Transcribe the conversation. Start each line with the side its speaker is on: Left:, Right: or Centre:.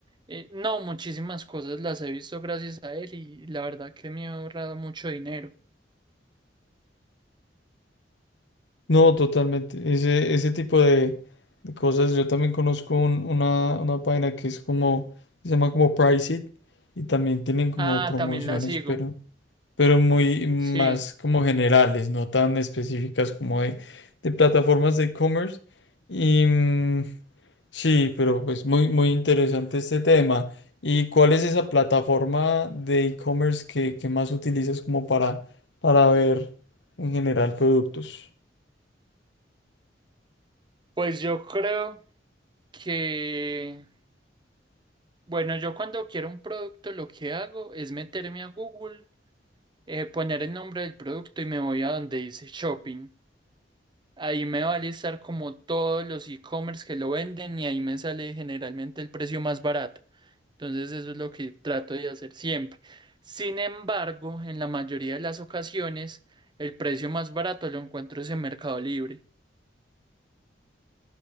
Right: eh, no, muchísimas cosas las he visto gracias a él y la verdad que me ha ahorrado mucho dinero.
Left: No, totalmente. Ese, ese tipo de, de cosas. Yo también conozco un- una, una página que es como, se llama como Priceit y también tienen como
Right: Ah,
Left: promociones,
Right: también la sigo.
Left: pero... pero muy más
Right: Sí.
Left: como generales, no tan específicas como de, de plataformas de e-commerce. Y mm, sí, pero pues muy, muy interesante este tema. ¿Y cuál es esa plataforma de e-commerce que, que más utilizas como para, para ver en general productos?
Right: Pues yo creo que, bueno, yo cuando quiero un producto lo que hago es meterme a Google, eh, poner el nombre del producto y me voy a donde dice shopping. Ahí me va a listar como todos los e-commerce que lo venden y ahí me sale generalmente el precio más barato. Entonces eso es lo que trato de hacer siempre. Sin embargo, en la mayoría de las ocasiones, el precio más barato lo encuentro es en Mercado Libre.